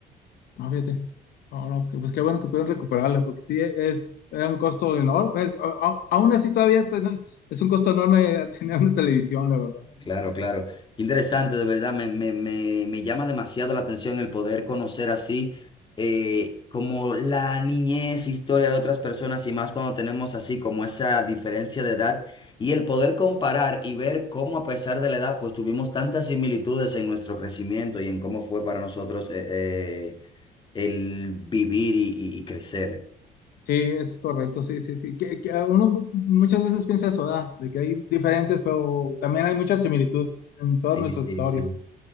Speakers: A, on the left; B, on the left.
A: no, fíjate. No, no, que- pues qué bueno que pudieron recuperarla, porque sí es, era un costo enorme. Es- a- a- aún así todavía es, ¿no? es un costo enorme <laughs> tener una televisión, la verdad.
B: Claro, claro. Qué interesante, de verdad, me, me, me, me llama demasiado la atención el poder conocer así eh, como la niñez, historia de otras personas y más cuando tenemos así como esa diferencia de edad y el poder comparar y ver cómo a pesar de la edad pues tuvimos tantas similitudes en nuestro crecimiento y en cómo fue para nosotros eh, eh, el vivir y, y y crecer.
A: Sí, es correcto, sí, sí, sí. Que, que uno muchas veces piensa eso, ¿verdad? De que hay diferencias, pero también hay muchas similitudes en todas
B: Sí,
A: nuestras
B: sí,
A: historias.
B: sí.